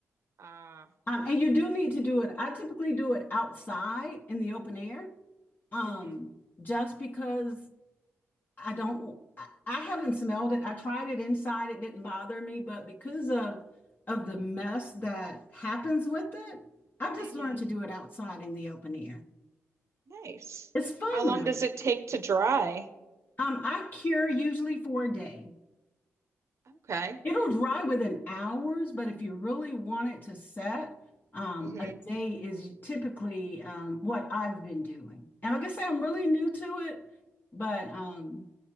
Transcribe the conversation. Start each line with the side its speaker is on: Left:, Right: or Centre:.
Right: Ah,
Left: Um, and you do need to do it. I typically do it outside in the open air, um,
Right: mm
Left: just because I don't, I I haven't smelled it. I tried it inside. It didn't bother me, but because of of the mess that happens with it, I've
Right: hmm
Left: just learned
Right: hmm
Left: to do it outside in the open air.
Right: Nice.
Left: It's fun
Right: How long
Left: though.
Right: does it take to dry?
Left: Um, I cure usually for a day.
Right: Okay.
Left: It'll dry within hours, but if you really want it to set, um,
Right: hmm
Left: a day is typically um, what I've been doing. And like I say, I'm really new to it, but um,